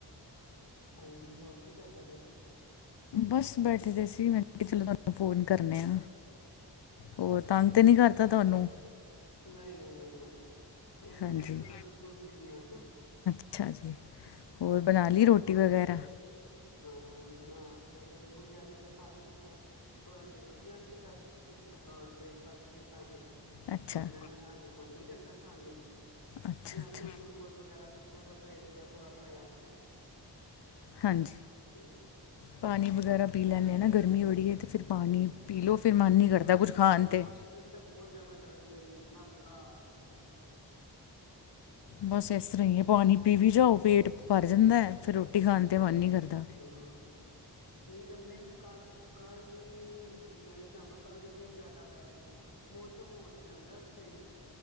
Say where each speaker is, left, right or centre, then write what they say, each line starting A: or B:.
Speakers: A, on the left; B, on the left.
A: ਹਾਂਜੀ, ਹੋਰ ਕੀ ਕਰਦੇ ਪਏ ਸੀ?
B: ਬਸ ਬੈਠੇ ਦੇ ਸੀ, ਮੈ ਕਿਹਾ ਚਲੋ ਤੁਹਾਨੂੰ ਫੋਨ ਕਰਨੇ ਆ। ਹੋਰ
A: ਹੂੰ,
B: ਤੰਗ ਤੇ ਨਹੀਂ ਕਰਤਾ ਤੁਹਾਨੂੰ?
A: ਨਹੀਂ, ਨਹੀਂ, ਨਹੀਂ, ਨਹੀਂ। ਇਸ
B: ਹਾਂਜੀ
A: ਟਾਈਮ ਚ ਤਾਂ ਬਿਲਕੁਲ ਫ੍ਰਰੀ ਆ।
B: ਅੱਛਾ ਜੀ। ਹੋਰ ਬਨਾ
A: ਹਾਂ,
B: ਲਈ ਰੋਟੀ ਵਗੈਰਾ?
A: ਹਾਂ ਬਣਾ ਕੇ, ਗੁੜੀਆਂ ਨੇ ਤੇ ਖਾ ਲਈ ਮੈਂ, ਥੋੜਾ ਲੇਟ ਲੰਚ ਖਾ ਕੀਤਾ ਆਂ ਬ੍ਰੇਕਫਾਸਟ ਕੀਤਾ ਜੇ,
B: ਅੱਛਾ
A: ਪਰ ਮੈਂ ਰਾਜ, ਫਿਰ ਮਨ ਨੀ ਕਰਦਾ ਖਾਣ ਨੂੰ।
B: ਅੱਛਾ
A: ਵੈਸੇ
B: ਅੱਛਾ
A: ਵੀ ਗਲੂਕੋਜ ਵਗੈਰਾ ਪੀਤਾ ਤਾ, ਉਹ ਪੇਟ ਜਿਹਾ ਥੋੜਾ ਭਰਿਆ ਵਾ।
B: ਹਾਂਜੀ।
A: ਤੇ,
B: ਪਾਣੀ ਵਗੈਰਾ ਪੀ ਲੈਂਦੇ ਆ ਨਾ, ਗਰਮੀ ਵੜੀ ਹੈ ਤੇ ਫਿਰ ਪਾਣੀ ਪੀ ਲਓ ਫਿਰ ਮਨ ਨਹੀਂ ਕਰਦਾ ਕੁਛ ਖਾਣ ਤੇ।
A: ਇੱਥੇ ਬਹੁਤ ਜ਼ਿਆਦਾ ਗਰਮੀ ਪੈਂਦੀ, ਇੰਨਾ ਬੁਰਾ ਹਾਲ ਏ, ਕੋਈ ਕਹਿਣ ਦੀ ਹੱਦ ਨੀ।
B: ਬਸ ਇਸ ਤਰ੍ਹਾਂ ਹੀ ਹੈ, ਪਾਣੀ ਪੀ ਵੀ ਜਾਓ, ਪੇਟ ਭਰ ਜਾਂਦਾ, ਫਿਰ ਰੋਟੀ ਖਾਣ ਤੇ ਮਨ ਨੀ ਕਰਦਾ।
A: ਹੂੰ, ਨਹੀਂ ਗਰਮੀਆਂ ਵੀ ਕਾਰ-ਕਾਰ ਵੀ ਮੇਰੇ ਸਾਹਬ ਕੱਲ ਦੀ ਫੇਰ ਜਿਆਦਾ ਪੈ ਰਹੀ। ਮੋਸਮ-ਮੋਸਮ ਹੋ ਤੇ ਜਾਂਦਾ ਸਹੀ।